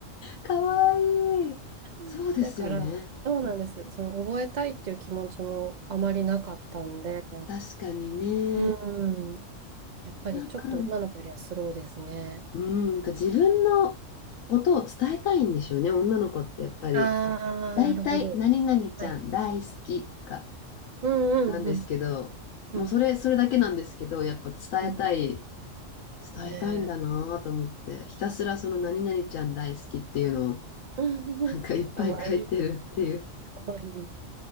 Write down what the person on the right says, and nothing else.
<laughs> だから、そうなんです。その覚えたいっていう気持ちもあまりなかったんで、
うん、やっぱりちょっと女の子よりはスローですね。
ああ、
なるほど。はい。うんうんうん
うん
うん。
ええ
<laughs>
かわいい、かわいい。